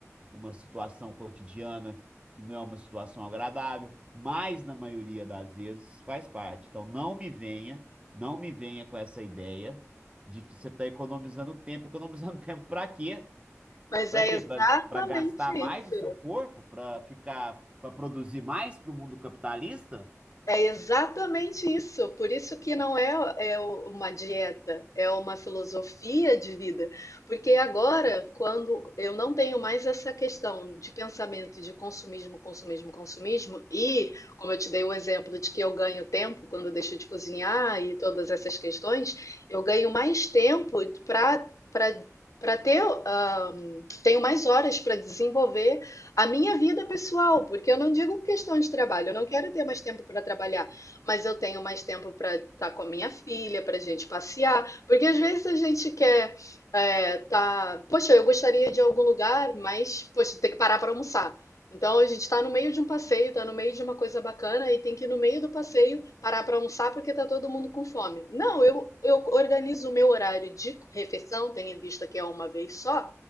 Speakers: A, on the right; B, on the left.
A: uma situação cotidiana que não é uma situação agradável, mas na maioria das vezes faz parte. Então não me venha, não me venha com essa ideia de que você está economizando tempo. Economizando <laughs> tempo para quê?
B: Mas
A: Para
B: é
A: quê?
B: exatamente
A: Para gastar mais
B: isso.
A: o seu corpo? Para ficar, para produzir mais para o mundo capitalista?
B: É exatamente isso. Por isso que não é, é uma dieta, é uma filosofia de vida. Porque agora, quando eu não tenho mais essa questão de pensamento de consumismo, consumismo, consumismo, e como eu te dei o exemplo de que eu ganho tempo quando eu deixo de cozinhar e todas essas questões, eu ganho mais tempo para para para ter, ah, tenho mais horas para desenvolver a minha vida pessoal, porque eu não digo questão de trabalho, eu não quero ter mais tempo para trabalhar, mas eu tenho mais tempo para estar com a minha filha, para a gente passear, porque às vezes a gente quer é, tá, poxa, eu gostaria de ir a algum lugar, mas poxa, tem que parar para almoçar. Então a gente está no meio de um passeio, está no meio de uma coisa bacana e tem que ir no meio do passeio parar para almoçar porque está todo mundo com fome. Não, eu, eu organizo o meu horário de refeição, tendo em vista que é uma vez só,